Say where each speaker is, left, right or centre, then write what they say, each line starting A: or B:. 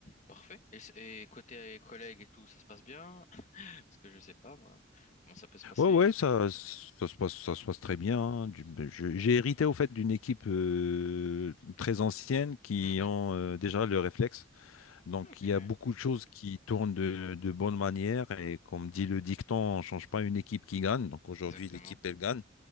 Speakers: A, on the left; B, on the left.
A: parfait. Et, c- et côté collègues et tout, ça se passe bien? <laughs> Parce que je sais pas, moi, comment ça peut se passer?
B: Ouais, ouais, ça, ça se passe, ça se passe très bien. hein. Du- je- J'ai hérité au fait d'une équipe euh, très ancienne qui
A: Mhm,
B: ont euh, déjà le réflexe. Donc,
A: Ok,
B: il y a beaucoup de choses qui tournent de, de bonne manière. Et comme dit le dicton, on ne change pas une équipe qui gagne. Donc,
A: exactement,
B: aujourd'hui, l'équipe, elle gagne.